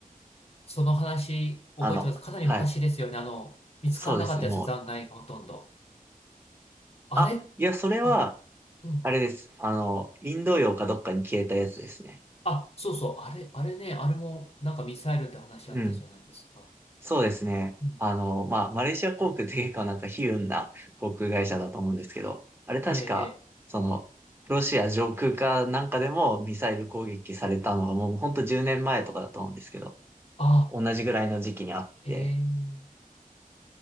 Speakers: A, on the left; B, on the right.
A: その話、覚えてます。
B: あの、
A: かなり昔ですよね。
B: はい。
A: あの、見つからなかったやつ、
B: そうですね、もう。
A: 残骸がほとんど。あれ
B: あ、いや、それは、
A: あ、うん。
B: あれです。あの、インド洋かどっかに消えたやつですね。
A: あ、そうそう。あれ、あれね、あれも、なんかミサイルって話あったじゃないですか。
B: うん。そうですね。
A: うん。
B: あの、まあ、マレーシア航空って結構なんか悲運な航空会社だと思うんですけど、あれ確か、
A: ええ、ええ。
B: その、ロシア上空かなんかでもミサイル攻撃されたのがもうほんと10年前とかだと思うんですけど、
A: あ、
B: 同じぐらいの時期にあって、
A: ええ。